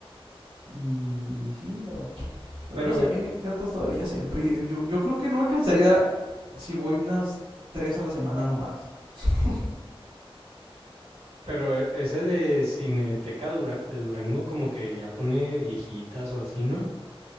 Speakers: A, on the right; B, on the right.
A: Y sí, pero. Pero
B: pero,
A: no sé, a mí me encantas todavía siempre. y Yo, yo creo que no me cansaría si voy unas tres a la semana nomás. <laughs>
B: pero e- ese de Cineteca Dura- de Durango como que ya pone viejitas o así, ¿no?